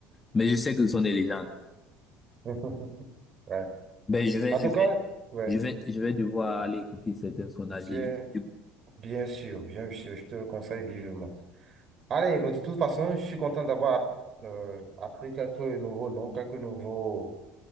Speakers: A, on the left; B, on the right.
A: Mais je sais que ce sont des légendes.
B: <laughs> Ouais.
A: Ben, je vais,
B: En
A: je
B: tout
A: vais,
B: cas, ouais,
A: je vais, je vais devoir aller écouter certains sondages.
B: bien,
A: D'accord,
B: bien sûr, bien sûr, je te le conseille vivement. Allez, mais de toute façon, je suis content d'avoir euh, appris quelques nouveaux noms, quelques nouveaux